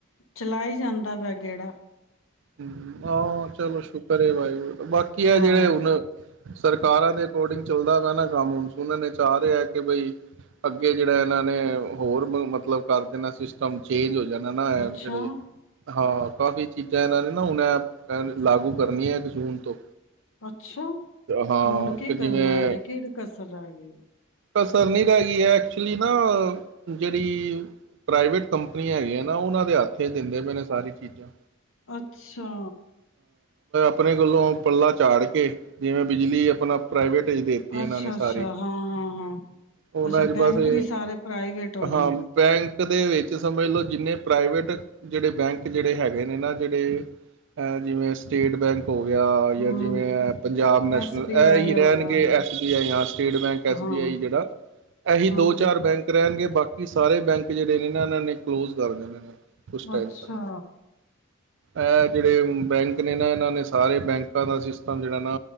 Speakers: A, on the left (about 65°); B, on the right (about 60°).
A: ਚਲਾਈ ਜਾਂਦਾ ਪਿਆ। ਜਿਹੜਾ
B: ਹੂੰ, ਹਾਂ ਚਲੋ ਸ਼ੁਕਰ ਹੈ ਵਾਹਿਗੁਰੂ ਦਾ, ਬਾਕੀ ਆ
A: ਹਾਂ
B: ਜਿਹੜੇ ਹੁਣ ਸਰਕਾਰਾਂ ਦੇ ਅਕੋਰਡਿੰਗ ਚੱਲਦਾ ਪਿਆ ਨਾ ਕੰਮ ਹੁਣ, ਸੁਨਣ ਚ ਆ ਰਿਹਾ ਕਿ ਬਈ ਅੱਗੇ ਜਿਹੜਾ ਇਹਨਾਂ ਨੇ ਹੋਰ ਮ ਮਤਲਬ ਕਰ ਦੇਣਾ ਸਿਸਟਮ ਚੇਂਜ ਹੋ ਹੋ ਜਾਣਾ ਨਾ
A: ਅੱਛਾ
B: ਏ ਜਿਹੜੇ ਹਾਂ ਕਾਫੀ ਚੀਜ਼ ਦੂਜਾ ਇਹਨਾਂ ਨੇ ਨਾ ਹੁਣ ਏਹ <unintelligible> ਲਾਗੂ ਕਰਨੀ ਹੈ ਇੱਕ ਜੂਨ ਤੋਂ।
A: ਅੱਛਾ,
B: ਹਾਂ
A: ਹੁਣ ਕੀ
B: ਕਿ ਜਿਵੇਂ
A: ਕਰਨਾ ਅਜੇ, ਕਿਹੜੀ ਕਸਰ ਰਹੇ ਗਈ?
B: ਕਸਰ ਨੀ ਰਹਿ ਗਈ ਹੈ ਏਹ ਐਕਚੁਲੀ ਨਾ, ਜਿਹੜੀ ਪ੍ਰਾਈਵੇਟ ਕੰਪਨੀ ਹੈਗੀਆਂ ਨਾ ਉਹਨਾਂ ਦੇ ਹੱਥ ਏਹ ਦਿੰਦੇ ਪਏ ਨੇ ਸਾਰੀ ਚੀਜ਼ਾਂ।
A: ਅੱਛਾ,
B: ਅਪਣੇ ਗੱਲੋਂ ਪੱਲਾ ਚਾੜ ਕੇ, ਜਿਵੇਂ ਬਿਜਲੀ ਆਪਣਾ ਪ੍ਰਾਈਵੇਟ ਚ ਦੇਤੀ ਇਹਨਾਂ
A: ਅੱਛਾ-ਅੱਛਾ
B: ਨੇ ਸਾਰੀ
A: ਹਾਂ। ਹਾਂ ਹਾਂ
B: ਉਹਨਾਂ
A: ਅੱਛਾ
B: ਚ
A: ਬੈਂਕ
B: ਬਸ ਏ,
A: ਵੀ ਸਾਰੇ ਪ੍ਰਾਈਵੇਟ ਹੋ
B: ਹਾਂ
A: ਜਾਣਗੇ
B: ਬੈਂਕ ਦੇ ਵਿੱਚ ਸਮਝ ਲਓ ਜਿੰਨੇ ਪ੍ਰਾਈਵੇਟ ਜਿਹੜੇ ਬੈਂਕ ਜਿਹੜੇ ਹੈਗੇ ਨੇ ਨਾ ਜਿਹੜੇ, ਅਹ ਜਿਵੇਂ ਸਟੇਟ ਬੈਂਕ। ਹੋ ਗਿਆ
A: ਹੂੰ
B: ਜਾਂ ਜਿਵੇਂ ਪੰਜਾਬ ਨੈਸ਼ਨਲ
A: ਐਸ ਬੀ
B: ਇਹ
A: ਆਈ
B: ਹੀ
A: ਹੋ
B: ਰਹਿਣਗੇ
A: ਗਿਆ
B: ਐੱਸ ਬੀ ਆਈ ਜਾਂ ਸਟੇਟ ਬੈਂਕ ਐਸ
A: ਹਾਂ
B: ਬੀ ਆਈ ਜਿਹੜਾ ਇਹੀ
A: ਹਾਂ
B: ਦੋ ਚਾਰ ਬੈਂਕ ਰਹਿਣਗੇ ਬਾਕੀ ਸਾਰੇ ਬੈਂਕ ਜਿਹੜੇ ਨੇ ਨਾ ਇਹਨਾਂ ਨੇ ਕਲੋਜ ਕਰ ਦੇਣੇ ਨੇ। ਕੁਛ ਟਾਈਮ
A: ਅੱਛਾ,
B: ਤੱਕ ਇਹ ਜਿਹੜੇ ਬੈਂਕ ਨੇ ਨਾ ਇਹਨਾਂ ਨੇ ਸਾਰੇ ਬੈਂਕਾਂ ਦਾ ਸਿਸਟਮ ਜਿਹੜਾ ਨਾ